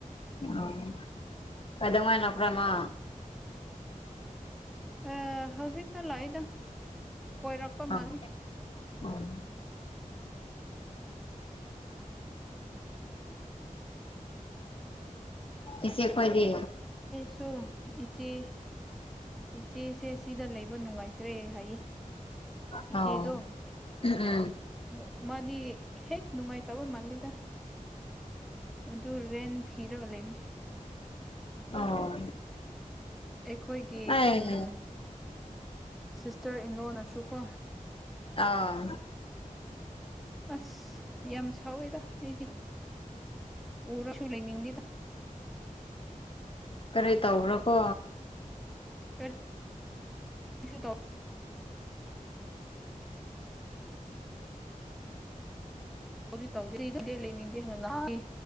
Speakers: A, on the left; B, in the centre.
A: ꯑꯣ ꯀꯩꯗꯧꯉꯩ ꯂꯥꯛꯄꯔ ꯃꯥ꯫
B: ꯑ ꯍꯧꯖꯤꯛꯇ ꯂꯥꯛꯏꯗ ꯀꯣꯏꯔꯛꯄ
A: ꯑꯥ
B: ꯃꯥꯜꯂꯤ꯫
A: ꯑꯣ
B: <inaudible>
A: ꯏꯆꯦ ꯈꫭꯏꯗꯤ꯫
B: ꯁꯨ ꯏꯆꯦ ꯏꯆꯦꯁꯦ ꯁꯤꯗ ꯂꯩꯕ ꯅꯨꯡꯉꯥꯏꯇ꯭ꯔꯦ ꯍꯥꯏꯌꯦ
A: ꯑꯣ
B: ꯏꯆꯦꯗꯣ꯫
A: ꯎꯝ
B: ꯑꯗꯨ ꯃꯥꯗꯤ ꯍꯦꯛ ꯅꯨꯡꯉꯥꯏ ꯇꯕ ꯃꯥꯜꯂꯤꯗ꯫ ꯑꯗꯨ ꯔꯦꯟ ꯊꯤꯔꯒ ꯂꯩꯕꯅꯦ꯫
A: ꯑꯣ
B: ꯑꯈꯣꯏꯒꯤ
A: ꯑꯩ
B: ꯎꯝ ꯁꯤꯁꯇꯔ ꯏꯟꯂꯣꯅꯁꯨꯀꯣ
A: ꯑꯥ
B: ꯑꯁ ꯌꯥꯝ ꯁꯥꯎꯋꯦꯗ ꯑꯩꯗꯤ꯫ ꯎꯔꯁꯨ ꯂꯩꯅꯤꯡꯗꯦꯗ꯫
A: ꯀꯔꯤ ꯇꯧꯕ꯭ꯔ ꯀꯣ꯫
B: ꯀ ꯔꯤꯁꯨ ꯇꯧ ꯇꯧꯗꯤ ꯇꯧꯗꯦ ꯑꯩ ꯂꯩꯅꯤꯡꯗꯦ ꯍꯥꯏꯅ ꯅꯤ